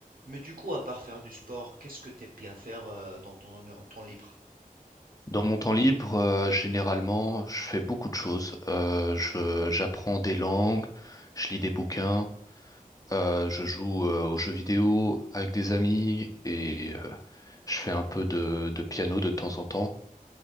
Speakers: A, on the right; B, on the left.
A: Mais du coup, à part faire du sport, qu'est-ce que t'aimes bien faire euh, dans ton en temps libre?
B: Dans mon temps libre, euh, généralement, je fais beaucoup de choses. Euh, je, j'apprends des langues, je lis des bouquins, euh, je joue euh, aux jeux vidéo avec des amis et euh, je fais un peu de, de piano de temps en temps.